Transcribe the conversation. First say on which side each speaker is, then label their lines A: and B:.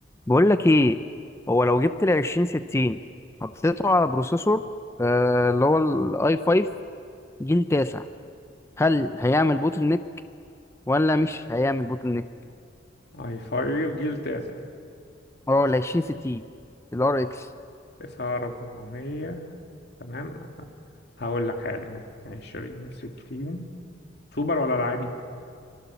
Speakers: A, on the left; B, on the left.
A: بقول لك ايه هو لو جبت ال 20 60 حطيته على بروسيسور آه اللي هو الاي 5 جيل تاسع هل هيعمل بوتل نيك ولا مش هيعمل بوتل نيك
B: اي 5 جيل تاسع
A: اه ال 20 60 الار اكس
B: تسعة أربعمية تمام هقول لك حالا عشرين من ستين سوبر ولا العادي